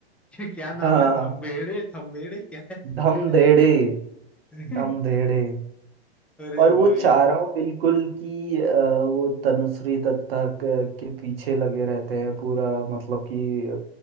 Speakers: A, in the centre; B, on the right.
A: <laughs> क्या नाम
B: हाँ
A: है धम्बेड़े थम्बेड़े क्या है
B: धम
A: अरे
B: धेड़े
A: यार
B: धम धेड़े
A: <laughs> अरे
B: और वो
A: भाई
B: चारों बिल्कुल कि अ, वो तनुश्री दत्ता क- के पीछे लगे रहते हैं पूरा मतलब कि